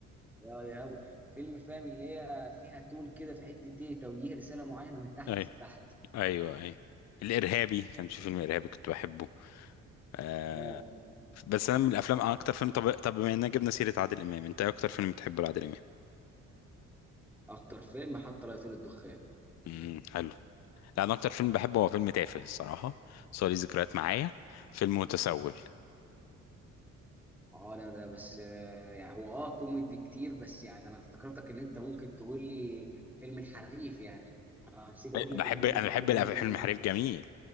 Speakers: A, in the centre; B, on the left.
A: يا لهوي فيلم فاهم اللي هي فيها تون كده في حته ايه توجيه رساله معينه من تحت
B: ايوه
A: لتحت
B: ايوه ايوه الارهابي كان في فيلم ارهابي كنت بحبه آه
A: اه
B: بس انا من الافلام أنا اكتر فيلم طب طب بما اننا جبنا سيره عادل امام انت ايه اكتر فيلم بتحبه لعادل امام
A: اكتر فيلم حتى لو طير الدخان
B: امم حلو لا انا اكتر فيلم بحبه هو فيلم تافه الصراحه بس هو ليه ذكريات معايا فيلم متسول
A: اه ده ده بس آه، يعني هو اه كوميدي كتير بس يعني انا افتكرتك ان انت ممكن تقول لي فيلم الحريف يعني انا نسيت اقول لك
B: بحب
A: ان فيلم
B: انا
A: الحريف
B: بحب الأف-
A: برضه من-
B: فيلم حريف جميل